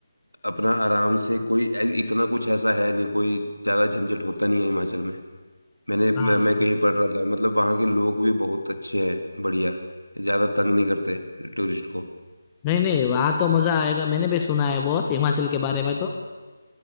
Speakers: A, on the right; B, on the left.
A: अपना आराम से कोई ऐ- इतना कुछ ऐसा है नहीं कोई ज्यादा झंझट होता नहीं है हिमाचल में मैंने मैं
B: हाँ
A: मैं कहीं पढ़ रहा था मतलब वहाँ के लोग भी बहुत अच्छे हैं बढ़िया ज़्यादा तंग नहीं करते टूरिस्ट को
B: नहीं नहीं वहाँ तो मजा आएगा मैंने भी सुना है बहुत हिमाचल के बारे में
A: हम्म।
B: तो